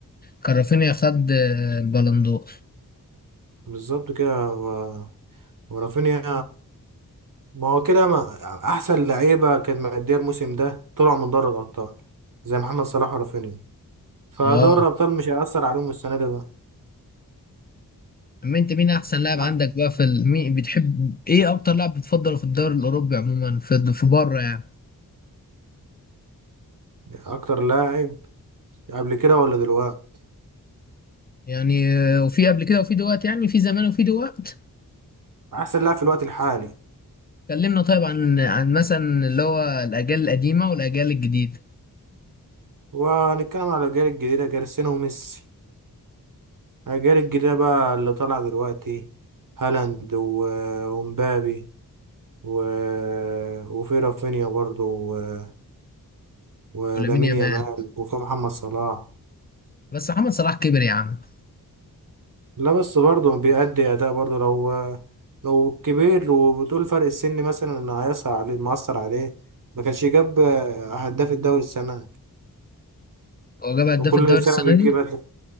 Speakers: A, on the left (about 25°); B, on the right (about 55°).
A: كان رافينيا خد البلندور
B: بالظبط كده و- ورافينيا ما هو كده ما أحسن لعيبة كانت مأدية الموسم ده طلعوا من دوري الأبطال زي محمد صلاح ورافينيا فدوري
A: اه
B: الأبطال مش هيأثر عليهم السنة دي بقى
A: أما أنت مين أحسن لاعب
B: أح-
A: عندك بقى في ال... مين بتحب إيه أكتر لاعب بتفضله في الدوري الأوروبي عموما في في بره يعني
B: أكتر لاعب قبل كده ولا دلوقتي
A: يعني آه، وفي قبل كده وفي دلوقتي يعني في زمان وفي دلوقتي
B: أحسن لاعب في الوقت الحالي
A: كلمنا طيب عن عن مثلا اللي هو الأجيال القديمة والأجيال الجديدة
B: وهنتكلم على الأجيال الجديدة كريستيانو وميسي الأجيال الجديدة بقى اللي طالعة دلوقتي هالاند و- ومبابي و... وفي رافينيا برضو و... ولامين
A: ولامين يامال
B: يامال وفي محمد صلاح
A: بس محمد صلاح كبر يا عم
B: لا بس برضو بيأدي أداء برضو لو لو كبير وبتقول فرق السن مثلا إن هيأثر عليه مأثر عليه ما كانش جاب هداف الدوري السنة دي.
A: هو جاب هداف
B: وكل
A: الدوري
B: سنة
A: السنة
B: بيجيب
A: دي
B: هداف